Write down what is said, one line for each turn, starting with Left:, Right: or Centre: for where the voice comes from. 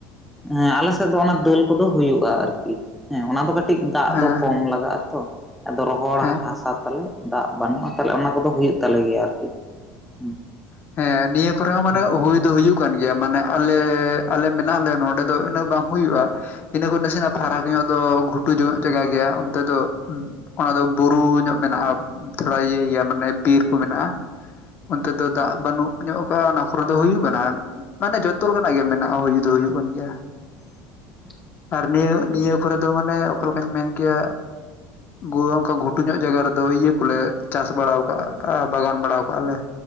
Centre: ᱦᱮᱸ ᱟᱞᱮ ᱥᱮᱫ ᱫᱚ ᱚᱱᱟ ᱫᱟᱹᱞ ᱠᱚᱫᱚ ᱦᱩᱭᱩᱜ-ᱟ ᱟᱨᱠᱤ᱾ ᱦᱮᱸ ᱚᱱᱟ ᱫᱚ ᱠᱟᱴ ᱠᱟᱹᱴᱤᱡ ᱫᱟᱜ
Left: ᱦᱮᱸ
Centre: ᱫᱚ ᱠᱚᱢ ᱞᱟᱜᱟᱜ-ᱟ ᱛᱚ ᱟᱫᱚ ᱨᱚᱦᱚᱲ
Left: ᱦᱮᱸ
Centre: ᱦᱟᱥᱟ ᱛᱟᱞᱮ᱾ ᱫᱟᱜ ᱵᱟᱹᱱᱩᱜ-ᱟ, ᱛᱟᱞᱮ ᱚᱱᱟ ᱠᱚᱫᱚ ᱦᱩᱭᱩᱜ ᱛᱟᱞᱮ ᱜᱮᱭᱟ ᱟᱨᱠᱤ᱾ ᱦᱩᱸ
Left: ᱦᱮᱸ ᱱᱤᱭᱟᱹ ᱠᱚᱨᱮ ᱦᱚᱸ ᱢᱟᱱᱮ
Centre: ᱦᱩᱸ
Left: ᱦᱩᱭ ᱫᱚ ᱦᱩᱭᱩᱜ ᱠᱟᱱ ᱜᱮᱭᱟ ᱢᱟᱱᱮ᱾ ᱟᱞᱮ, ᱟᱞᱮ ᱢᱮᱱᱟᱜ ᱞᱮ ᱱᱚᱸᱰᱮ ᱫᱚ ᱤᱱᱟᱹᱜ ᱵᱟᱝ ᱦᱩᱭᱩᱜ-ᱟ᱾ ᱤᱱᱟᱹ ᱠᱷᱚᱱ ᱱᱟᱥᱮᱱᱟᱜ ᱯᱷᱟᱨᱟᱠ ᱧᱚᱜ ᱫᱚ ᱜᱷᱩᱴᱩ ᱧᱚᱜ ᱡᱟᱭᱜᱟ ᱜᱮᱭᱟ, ᱚᱱᱛᱮ ᱫᱚ ᱦᱩᱸ, ᱚᱱᱟ ᱫᱚ ᱵᱩᱨᱩ ᱧᱚᱜ ᱢᱮᱱᱟᱜ-ᱟ᱾ ᱛᱷᱚᱲᱟ ᱤᱭᱟᱹ ᱜᱮᱭᱟ ᱢᱟᱱᱮ ᱵᱤᱨᱠᱩ ᱢᱮᱱᱟᱜ-ᱟ ᱚᱱᱛᱮ ᱫᱚ᱾ ᱫᱟᱜ
Centre: ᱦᱩᱸ
Left: ᱵᱟᱹᱱᱩᱜ ᱧᱚᱜ ᱟᱠᱟ ᱚᱱᱟ ᱠᱚᱨᱮ ᱫᱚ ᱦᱩᱭᱩᱜ ᱠᱟᱱᱟ᱾ ᱢᱟᱱᱮ ᱡᱚᱛᱚ ᱨᱮᱠᱟᱱᱟᱜ ᱜᱮ ᱢᱮᱱᱟᱜ-ᱟ ᱦᱩᱭ ᱫᱚ ᱦᱩᱭᱩᱜ ᱠᱟᱱ ᱜᱮᱭᱟ᱾
Centre: <inaudible>
Left: ᱟᱨ ᱱᱤᱭᱟᱹ ᱱᱤᱭᱟᱹ ᱠᱚᱨᱮ ᱫᱚ ᱢᱟᱱᱮ ᱚᱠᱟ ᱞᱮᱠᱟᱧ ᱢᱮᱱ ᱜᱮᱭᱟ? ᱜᱳᱭ ᱜᱚᱝᱠᱮ ᱜᱷᱩᱴᱩ ᱧᱚᱜ ᱡᱟᱭᱜᱟ ᱨᱮᱫᱚ ᱤᱭᱟᱹ ᱠᱚᱞᱮ ᱪᱟᱥ ᱵᱟᱲ ᱟᱠᱟᱜ-ᱟ ᱵᱟᱜᱟᱱ ᱵᱟᱲᱟᱣ ᱠᱟᱜ-ᱟ ᱞᱮ᱾